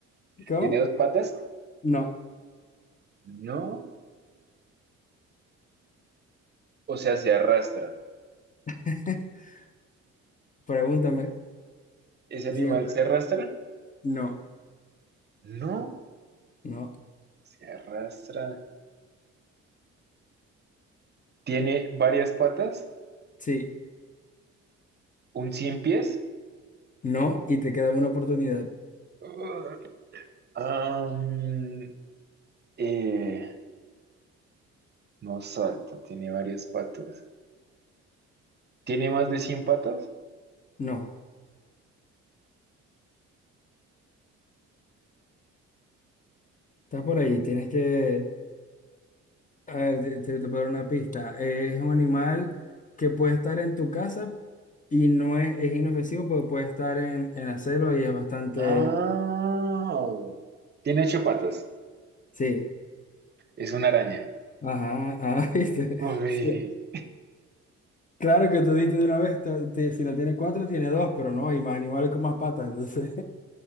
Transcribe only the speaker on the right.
<laughs>
¿Tiene dos patas?
No. O sea, se arrastra.
¿Ese animal
se arrastra?
No,
se arrastra. ¿Tiene varias patas?
¿Un cien pies?
Ugh. Am, eh, no salta, tiene varias patas. ¿Tiene más de 100 patas?
Ah, tiene ocho patas.
Es una araña.
Uy,